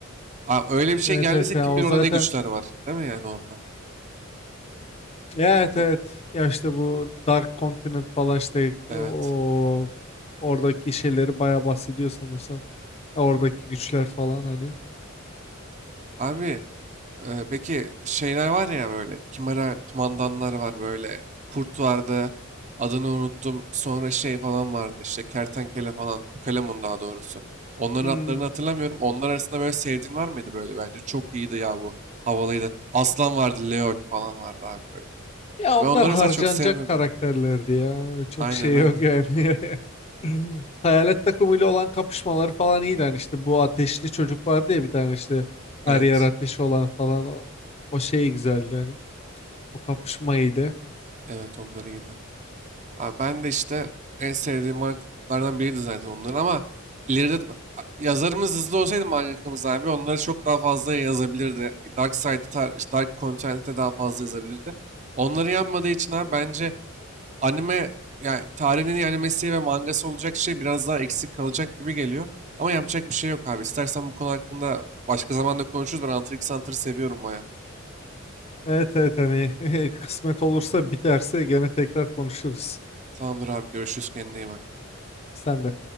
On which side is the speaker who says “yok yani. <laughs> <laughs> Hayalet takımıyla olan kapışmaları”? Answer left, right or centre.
Left